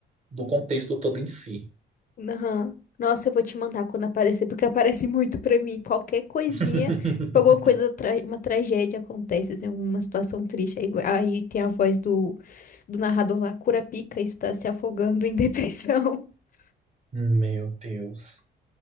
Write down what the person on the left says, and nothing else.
Aham. Nossa, eu vou te mandar quando aparecer, porque aparece muito pra mim. Qualquer coisinha,
tipo, alguma coisa, tra- uma tragédia acontece, assim, alguma situação triste. Aí, aí tem a voz do, do narrador lá, Curapica está se afogando em depressão. <laughs>